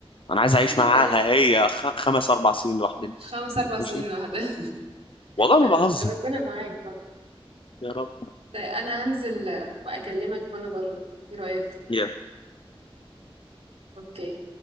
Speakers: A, on the left; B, on the right.
A: انا عايز
B: دي
A: اعيش
B: حاجة
A: معاها
B: كويسة،
A: هي خ... خمس اربع سنين لوحدنا
B: 5، 4 سنين
A: ماشي
B: لوحدها.
A: والله
B: طب
A: ما بهزر
B: ربنا معاك بقى،
A: يا رب
B: ده أنا هانزل وأكلمك وأنا برّه، إيه رأيك؟
A: يا
B: أوكي.